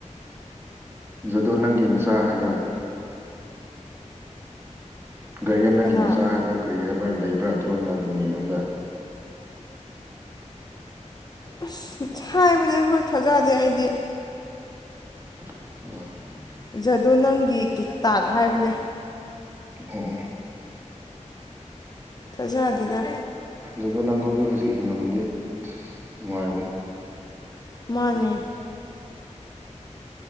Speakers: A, on the right; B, on the left.
A: ꯖꯗꯨꯣ ꯅꯪꯒꯤ ꯃꯆꯥ ꯍꯥꯏꯕ꯭ꯔꯥ ꯒꯥꯔꯤ ꯑꯃ ꯅꯪꯒꯤ
B: ꯀꯅꯥ
A: ꯃꯆꯥ ꯍꯥꯏꯕ꯭ꯔꯥ ꯀꯔꯤ ꯍꯥꯏꯕ꯭ꯔꯥ ꯂꯩꯕ꯭ꯔꯥ ꯑꯗꯨꯔꯣꯝꯗ ꯅꯣꯡꯅꯦꯔꯣꯝꯗ
B: ꯑꯁ ꯍꯥꯏꯕꯅꯦ ꯍꯣꯏ ꯊꯥꯖꯗꯦ ꯑꯩꯗꯤ
A: ꯑ
B: ꯖꯗꯣ ꯅꯪꯒꯤ ꯀꯤꯇꯥꯛ ꯍꯥꯏꯕꯅꯦ
A: ꯑꯣ ꯑꯣ
B: ꯐꯖꯥꯖꯤꯗ
A: ꯑꯗꯨꯗꯣ ꯅꯪꯈꯣꯏꯗ ꯍꯧꯖꯤꯛ ꯍꯤꯡꯉꯃꯗꯤ ꯅꯨꯡꯉꯥꯏꯔꯣ
B: ꯃꯥꯅꯦ